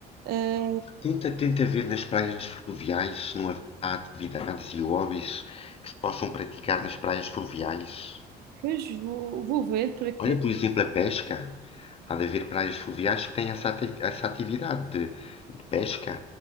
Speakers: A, on the right; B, on the left.
A: eh,
B: Tenta, tenta ver nas praias fluviais se não haverá atividades e hobbies que se possam praticar nas praias fluviais.
A: pois vou, vou ver para que
B: Olha, por exemplo, a pesca. Há de haver praias fluviais que têm essa, ati- essa atividade de, de pesca.